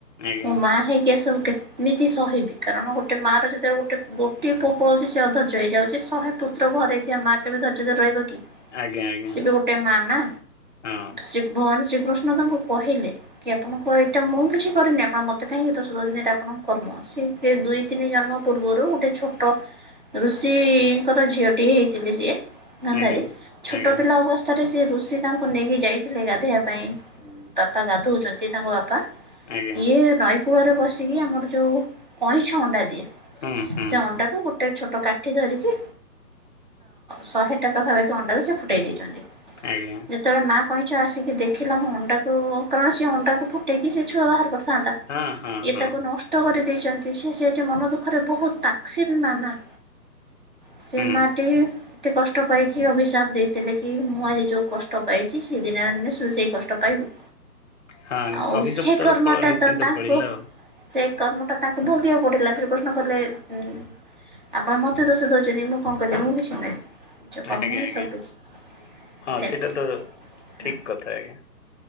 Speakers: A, on the left; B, on the right.
A: ଆଜ୍ଞା
B: ମୋ ମା ହେଇକି ଏ ସବୁ କେତେ ମିତି ସହିବି କାରଣ ଗୋଟେ ମା ର ଯେତେବେ ଗୋଟେ ପୋ ଗୋଟିଏ ପୋ ପଳଉଛି ସେ ଅଧୈର୍ଯ୍ୟ ହେଇଯାଉଛି ଶହେ ପ ପୁଅ ଘରେଇ ଥିବା ମା କେବେ ଧର୍ଯ୍ୟ ଧରି ରହିବ କି
A: ଆଜ୍ଞା ଆଜ୍ଞା
B: ସିଏ ବି ଗୋଟେ ମା ନା
A: ହଁ
B: ସେ ଭଗବାନ ଶ୍ରୀକୃଷ୍ଣ ତାଙ୍କୁ କହିଲେ କି ଆପଣଙ୍କ ଏଇଟା ମୁଁ କିଛି କରିନି ଆପଣ ମୋତେ କାହିଁକି ଦୋଷ ଦେଉଛନ୍ତି ଏଟା ଆପଣଙ୍କ କର୍ମ ସେ ଦୁଇ ତିନି ଜନ୍ମ ପୂର୍ବରୁ ଗୋଟେ ଛୋଟ ଋଷିଙ୍କର ଝିଅଟିଏ ହେଇଥିଲି ସିଏ ଗାନ୍ଧାରି
A: ଆଜ୍ଞା।
B: ଛୋଟ
A: ଆଜ୍ଞା
B: ପିଲା ଅବସ୍ ଥରେ ସେ ଋଷି ତାଙ୍କୁ ନେଇକି ଯାଇଥିଲେ ଗାଧୋଇବା ପାଇଁ ବାପା ଗାଧଉଛନ୍ତି ତାଙ୍କ ବାପା
A: ଆଜ୍ଞା
B: ଇଏ ନଈ କୂଳରେ ବସିକି ଆମର ଯୋଉ କଇଁଛ ଅଣ୍ଡା ଦିଏ
A: ହୁଁ ହୁଁ
B: ସେ ଅଣ୍ଡାକୁ ଗୋ ଟେ ଛୋଟ କାଠି ଧରିକି ଶହେ ଟା ପାଖାପାଖି ଅଣ୍ଡା ସେ ଫୁଟେଇ ଦେଇଛନ୍ତି
A: ଆଜ୍ଞା
B: ଯେତେବେଳେ ମା କଇଁଛ ଆସିକି ଦେଖିଲା ମୁଁ ଅଣ୍ଡାକୁ କାରଣ ସ ଅଣ୍ଡାକୁ ଫୁଟେଇକି ସେ ଛୁଆ ବାହାର କରିଥାନ୍ତା
A: ହଁ ହଁ
B: ଏ
A: ହଁ।
B: ତାକୁ ନଷ୍ଟ କରିଦେଇଛନ୍ତି ସେ ସେଠି ମନ ଦୁଃଖରେ ବହୁତ ତାକ୍ସ ସିଏ ବି ମାନା ସେ
A: ହୁଁ
B: ମାଟି ଏତେ କଷ୍ଟ ପାଇକି ଅଭିଶାପ ଦେଇଥିଲେ କି ମୁଁ ଆଜି ଯେଉଁ କଷ୍ଟ ପାଇଛି ସେ ଦିନେ ନା ଦିନେ ଶୁ ସେଇ କଷ୍ଟ ପାଇବ
A: ହଁ
B: ଆଉ
A: ଅଭିଶପ୍ତର
B: ସେ କର୍ମଟା
A: ଫଳ ନିଶ୍ଚିନ୍ତ
B: ତ ତାଙ୍କୁ
A: ଫଳିଲା ଆଉ
B: ସେ କର୍ମଟା ତାଙ୍କୁ ଭୋଗିବାକୁ ପଡ଼ିଲା ଶ୍ରୀକୃଷ୍ଣ କହିଲେ ହୁ ଆପଣ ମତେ ଦୋଷ ଦଉଛନ୍ତି ମୁଁ କଣ କହିଲି ମୁଁ କିଛି ନୁହେଁ ନିଜ କର୍ମ
A: ଆଜ୍ଞା
B: ହିଁ
A: ଆଜ୍ଞା
B: ସବୁ କିଛି
A: ହଁ
B: ସେମିତି
A: ସେଇଟା ତ
B: ହଁ
A: ଠିକ କଥା ଆଜ୍ଞା